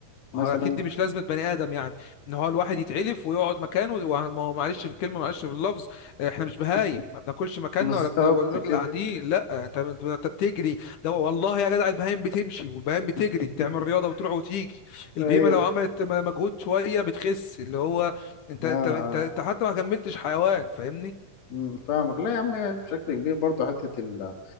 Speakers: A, on the left (about 50°); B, on the left (about 70°).
A: مثلا
B: ما هو اكيد دي مش لازمه بني ادم يعني ان هو الواحد يتعلف ويقعد مكانه وه- ما هو معلش في الكلمه معلش في اللفظ احنا مش بهايم
A: <laughs>
B: ما بناكلش مكاننا
A: بالظبط
B: ولا بن... ولا بنفضل
A: كده
B: قاعدين لا انت انت أنت بتجري ده والله يا جدع البهايم بتمشي والبهايم بتجري
A: <laughs>
B: بتعمل رياضه بتروح وتيجي البهيمه
A: أيوه
B: لو عملت م- مجهود شويه بتخس اللي هو انت
A: آه
B: انت انت
A: آه
B: انت حتى ما كملتش حيوان فاهمني
A: مم، فاهمك لا يا عم هي بشكل كبير برضه حته ال...